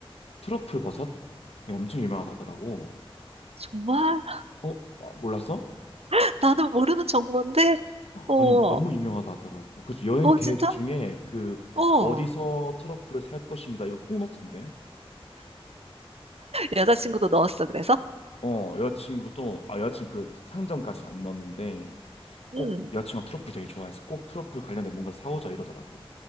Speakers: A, on the left (about 80°); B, on the right (about 85°).
A: 트러플 버섯이 엄청 유명하다 하더라고.
B: 정말?
A: 어? 아, 몰랐어?
B: <laughs> 나는 모르는 정보인데? 어,
A: 아니, 너무
B: 어,
A: 유명하다 하더라고. 그래서 여행 계획
B: 진짜?
A: 중에 그
B: 어.
A: 어디서 트러플을 살 것인가 이거 꼭 넣던데.
B: 여자친구도 넣었어, 그래서?
A: 어, 여자친구도, 아, 여자친구 그 상점까지는 안 넣었는데 꼭
B: 응.
A: 여자친구가 트러플 되게 좋아해서 꼭 트러플 관련된 뭔가를 사오자 이러더라고.